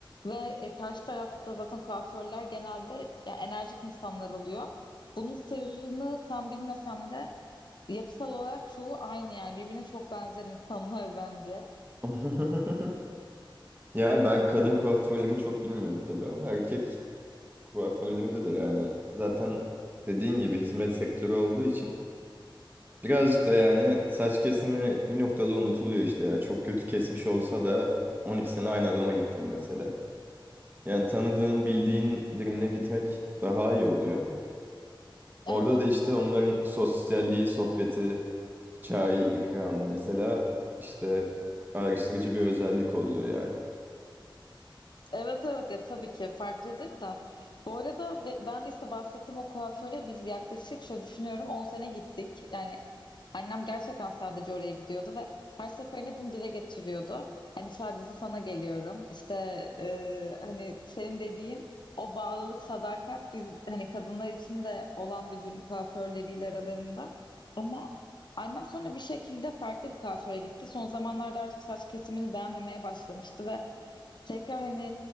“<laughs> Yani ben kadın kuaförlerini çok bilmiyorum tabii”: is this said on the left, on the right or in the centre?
Right